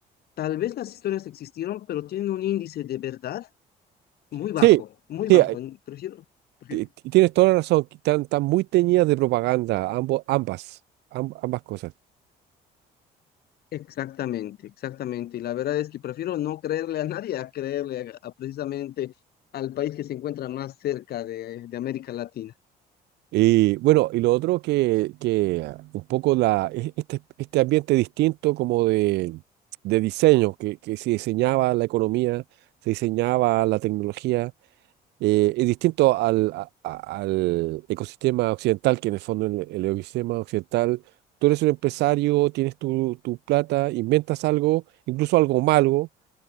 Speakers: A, on the left; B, on the right.
A: Tal vez las historias existieron, pero tienen un índice de verdad muy bajo,
B: sí,
A: muy
B: sí,
A: bajo. N- Prefiero, prefiero-
B: Ti- ti- Tienes toda la razón, que están, están muy teñidas de propaganda, ambos, ambas, am- ambas cosas.
A: Exactamente, exactamente. Y la verdad es que prefiero no creerle a nadie a creerle a, a precisamente al país que se encuentra más cerca de, de América Latina.
B: Y bueno, y lo otro que, que ah, un poco la, e- este, este ambiente distinto como de, de diseño, que, que se diseñaba la economía, se diseñaba la tecnología, eh, es distinto al, a- a- al ecosistema occidental, que en el fondo el, el ecosistema occidental, tú eres un empresario, tienes tu, tu plata, inventas algo, incluso algo malo